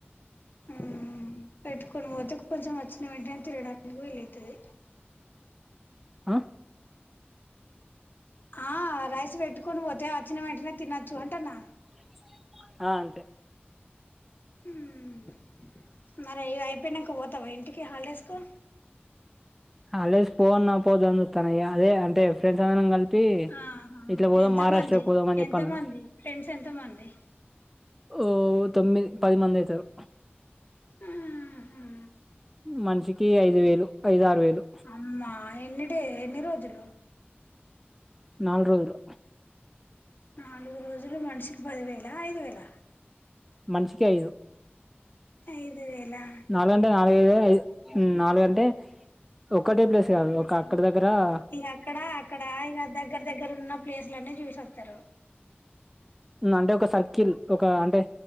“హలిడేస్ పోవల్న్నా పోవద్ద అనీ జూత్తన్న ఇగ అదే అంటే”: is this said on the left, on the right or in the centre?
Centre